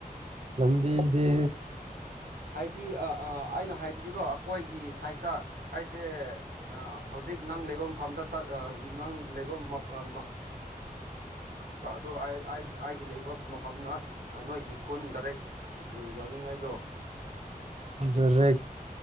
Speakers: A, on the right; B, on the right.
A: ꯂꯝꯕꯤꯗꯤ
B: ꯍꯥꯏꯗꯤ ꯑꯥꯑꯥ ꯑꯩꯅ ꯍꯥꯏꯕ ꯗꯤꯀꯣ ꯑꯩꯈꯣꯏꯒꯤ ꯁꯥꯏꯠꯇ ꯑꯩꯁꯦ ꯑꯥ ꯍꯧꯖꯤꯛ ꯅꯪ ꯂꯩꯕ ꯃꯐꯝꯗ ꯆꯠꯅ ꯅꯪ ꯂꯩꯕ ꯃꯐꯝ
A: INAUDIBLE
B: ꯑꯗꯣ ꯑꯩ ꯑꯩꯒꯤ ꯂꯩꯕ ꯃꯐꯝꯅ ꯅꯣꯏꯒꯤ ꯈꯨꯟꯗꯥꯏꯔꯦꯛ ꯌꯥꯎꯅꯤꯡꯉꯥꯏ ꯗꯣ
A: INAUDIBLE